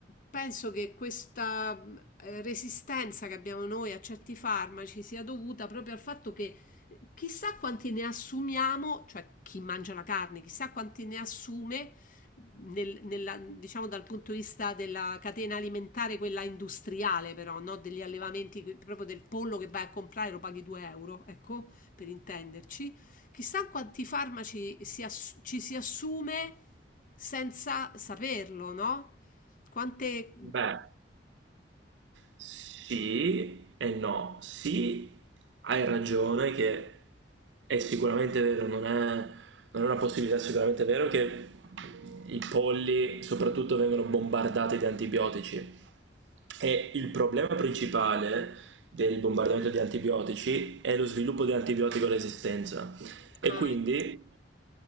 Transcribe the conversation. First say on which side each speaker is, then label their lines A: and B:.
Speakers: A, on the left; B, on the right.
A: penso che questa mm, eh, resistenza che abbiamo noi a certi farmaci sia dovuta proprio al fatto che eh, chissà quanti ne assumiamo, cioè chi mangia la carne, chissà quanti ne assume nel- nella- diciamo dal punto di vista della catena alimentare, quella industriale, però, no? Degli allevamenti, che- proprio del pollo che vai a comprare lo paghi 2 euro, ecco, per intenderci. Chissà quanti farmaci si ass- ci si assume senza saperlo, no? Quante...
B: Beh, sì e no. Sì, hai ragione che è sicuramente vero, non è, non è una possibilità, sicuramente vero che i polli soprattutto vengono bombardati di antibiotici. E il problema principale del bombardamento di antibiotici è lo sviluppo di antibiotico resistenza. E
A: Ah,
B: quindi
A: ecco,